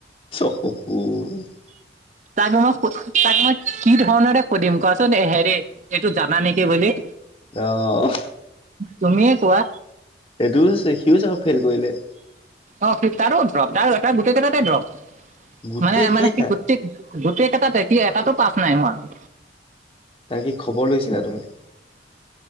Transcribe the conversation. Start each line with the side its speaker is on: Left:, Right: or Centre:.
Left: <unintelligible>
Right: তাকটো মই সু, তাক মই কি ধৰণেৰে সুধিম কোৱাচোন? হেৰি এইটো জানা নেকি বুলি?
Left: অহ,
Right: তুমিয়ে কোৱা
Left: সেইটোৱে আছে। সিও চাগে ফেইল কৰিলে।
Right: অ', তাৰো দ্ৰপ তাৰ তাৰ গোটেই কেইটাতে দ্ৰপ।
Left: গোটেই
Right: মানে
Left: কেইটাত
Right: মানে সি গোটেই গোটেই কেইটাতে। সি এটাতো পাছ নাই হোৱা।
Left: তাৰ কি খবৰ লৈছিলা তুমি?